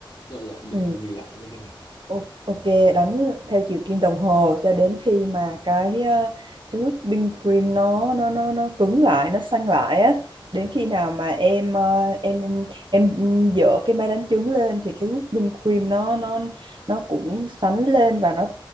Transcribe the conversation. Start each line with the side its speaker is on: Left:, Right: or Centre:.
Left: dạ dạ để
Right: ừ.
Left: em ghi lại mấy cái này
Right: O- Ok, đánh theo chiều kim đồng hồ cho đến khi mà cái ờ, cái whipping cream nó nó nó nó cứng lại, nó săn lại á. Đến khi nào mà em ờ, em em em dỡ cái máy đánh trứng lên thì cái whipping cream nó nó nó cũng sánh lên và nó